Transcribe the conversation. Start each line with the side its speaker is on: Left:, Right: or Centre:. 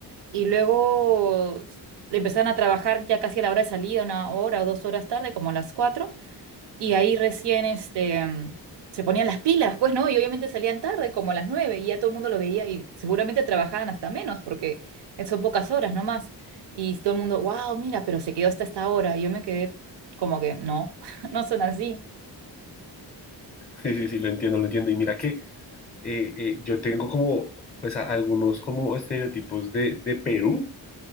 Right: Y luego le empezaron a trabajar ya casi a la hora de salida, una hora o dos horas tarde, como a las cuatro. Y ahí recién este, mm, se ponían las pilas, pues, ¿no? Y obviamente salían tarde, como a las nueve, y ya todo el mundo lo veía y seguramente trabajaban hasta menos, porque son pocas horas nomás. Y todo el mundo, wow, mira, pero se quedó hasta esta hora. Y yo me quedé como que, no, <laughs> no son así.
Left: Sí, sí, sí, lo entiendo, lo entiendo. Y mira que eh, eh, yo tengo como, pues, a- algunos como estereotipos de, de Perú